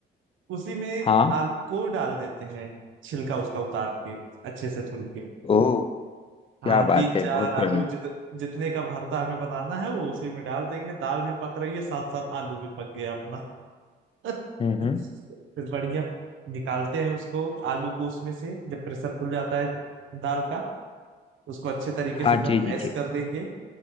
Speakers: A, on the right; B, on the left.
A: उसी में
B: हाँ
A: आलू को डाल देते हैं छिलका उसका उतार के अच्छे से धुल के
B: ओह
A: हाँ
B: क्या बात
A: तीन
B: है
A: चार
B: बहुत
A: आलू
B: बढ़िया
A: जित, जितने का भरता हमें बनाना है वो उसी में डाल देंगे दाल भी पक रही है साथ साथ आलू भी पक गया अपना <laughs>
B: हम्म
A: फिर
B: हम्म
A: बढ़िया निकालते हैं उसको आलू को उसमें से जब प्रेशर खुल जाता है दाल का उसको अच्छे तरीके
B: हाँ
A: से एकदम
B: जी जी
A: मैश
B: जी
A: कर देंगे